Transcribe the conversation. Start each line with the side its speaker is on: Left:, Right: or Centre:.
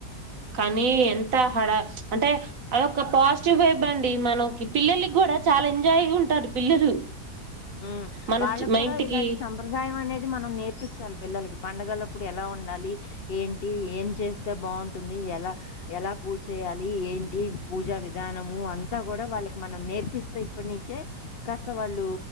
Right: కానీ ఎంత హడా అంటే అదొక పాజిటివ్ వైబ్ అండీ మనక్ పిల్లలకి గూడా చాలా ఎంజాయ్ గా ఉంటారు పిల్లలు
Left: ఉమ్మ్
Right: మన
Left: వాళ్లక్కూడా
Right: మా ఇంటికి
Left: ఇలాంటి సంప్రదాయం అనేది మనం నేర్పిచ్చాలి పిల్లలకి పంండగలప్పుడు ఎలా ఉండాలి ఏంటి ఏం చేస్తే బావుంటుందీ ఎలా ఎలా పూచ్చేయాలీ ఏంటి పూజా విధానమూ అంతా గూడా వాళ్ళకి మనం నేర్పిస్తే ఇప్పట్నుంచే కాస్త వాల్లూ